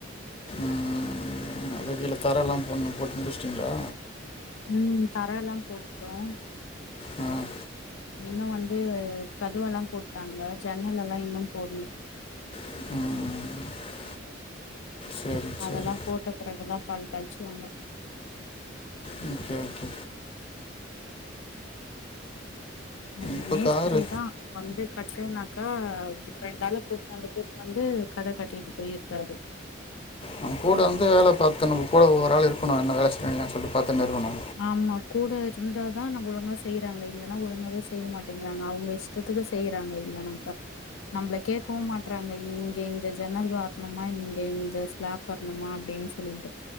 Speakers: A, on the left (about 30°); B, on the left (about 85°).
A: ம் அது கீழ தரலாம் போடனு போட்டு முடிச்ட்டீங்களா
B: ம் தரலாம் போட்டுடோம்
A: ம்
B: இன்னு வந்து கதவெல்லா போட்டாங்க ஜன்னல் எல்லா இன்னும் போட்ல
A: ம் சரி
B: அதெல்லா
A: சரி
B: போட்ட பிறகுதா பால் காய்ச்சுவாங்க
A: ம் ஓகே ஓகே
B: அந்த
A: இப்போ
B: மேஸ்திரி
A: காரு
B: தா வந்து கட்டுனாக்கா ரெண்டு ஆள கூட்னு வந்து கூட்னு வந்து கட கட்டிட்டு போயிருக்காரு
A: நம் கூட வந்து வேல பாத்து நம்ம கூட ஒவ்ஒரு ஆள் இருக்கணு என் வேல சொய்றாங்கனு சொல்லிட்டு பாத்துனு இருக்கணு
B: ஆமா கூட இருந்தாதா நம்ம ஒழுங்கா செய்றாங்க இல்லன்னா ஒழுங்காவே செய்ய மாட்டேங்கிறாங்க அவுங்க இஷ் <unintelligible> செய்றாங்க இல்லனா பத் நம்மள கேட்கவு மாட்றாங்க இங்க இந்த ஜன்னல் வரணுமா இங்க இந்த ஸ்லாப் வரணுமா அப்டின்னு சொல்லிட்டு